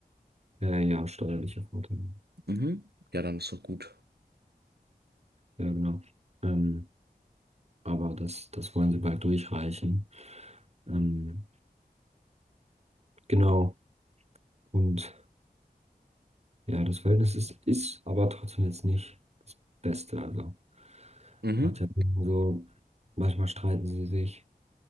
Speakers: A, on the right; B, on the right.
A: äh, ja, steuerlicher Vorteil.
B: Mhm. Ja, dann ist doch gut.
A: Ja, genau. Ähm, aber das, das wollen sie bald durchreichen. Ähm, genau. Und ja, das Verhältnis ist, ist aber trotzdem jetzt nicht das Beste. Also
B: Mhm.
A: macht ja so, manchmal streiten sie sich.